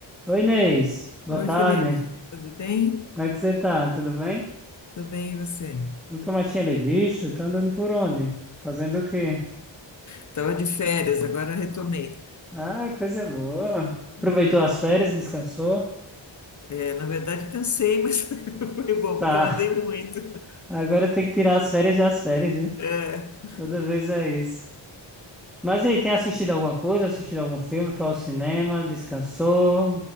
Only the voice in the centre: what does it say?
Oi, Inês. Boa
tarde.
Como é que você tá? Tudo bem?
Nunca mais tinha lhe visto. Tá andando por onde? Fazendo o quê?
Ah, coisa boa. Aproveitou
as férias, descansou?
Tá.
Agora tem que tirar as férias das férias, né?
Toda vez é isso. Mas e aí, tem assistido alguma coisa? Assistido algum filme? Foi ao cinema? Descansou?